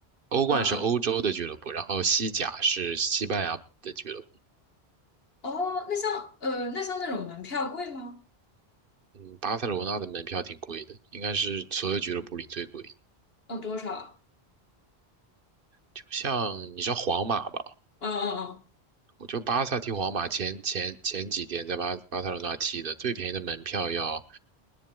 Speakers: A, on the right; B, on the left.
A: 欧冠是欧洲的俱乐部，
B: 啊啊
A: 然后西甲是西班牙的俱乐部。
B: 哦，那像呃，那像那种门票贵吗？
A: 嗯，巴塞罗那的门票挺贵的，应该是所有俱乐部里最贵的
B: 哦，多少？
A: 就像你知道皇马吧，
B: 嗯嗯
A: 我就巴萨踢皇马前前前几天在巴巴塞罗那踢的，最便宜的门票要